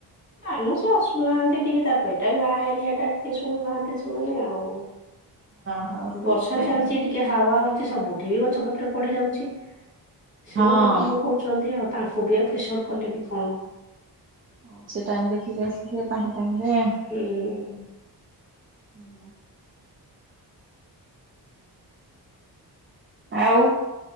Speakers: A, on the left (about 25°); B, on the right (about 30°).
A: ନାଇ ମୁଁ ସେ ଆସୁନାହାନ୍ତି ଟିକେ ତାପରେ ଏଇଟା ଗାଁ ଏରିଆ ଟା ଟିକେ ଶୁଣୁନାହାନ୍ତି ସେମାନେ ଆଉ।
B: ହଁ। ସେଇଥିପାଇଁ
A: ବର୍ଷା ଚାଲିଚି
B: ଆଉ
A: ଟିକେ ହାୱା ହଉଛି ସବୁଠି ବି ଗଛ ପତ୍ର ପଡି ଯାଉଛି। ସେମାନେ
B: ହଁ
A: କାମ କରୁଛନ୍ତି ଆଉ ତାଙ୍କୁ ବି ଆ ପ୍ରେସର କଲେ ବି କଣ ହବ?
B: ହଉ ସେ ଟାଇମ ଦେଖିକି ଆସିବେ ତାଙ୍କ ଟାଇମ ରେ।
A: ହୁଁ।
B: <unintelligible> ଆଉ।